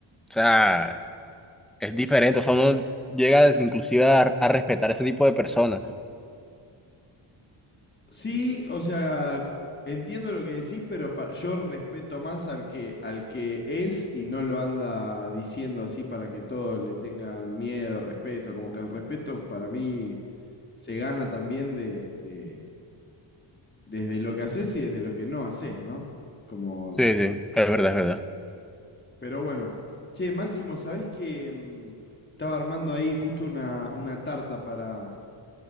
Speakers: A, in the centre; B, on the left.
A: o sea. Es diferente, o sea, uno llega des- inclusive a, a respetar ese tipo de personas.
B: Sí, o sea, entiendo lo que decís, pero pa- yo respeto más al que, al que es y no lo anda diciendo así para que todos le tengan miedo, respeto. Como que el respeto para mí se gana también de, de- desde lo que haces y desde lo que no haces, ¿no? Como,
A: Sí, sí, es verdad, es verdad.
B: pero bueno. Che, Máximo, ¿sabés que mm, estaba armando ahí justo una, una tarta para,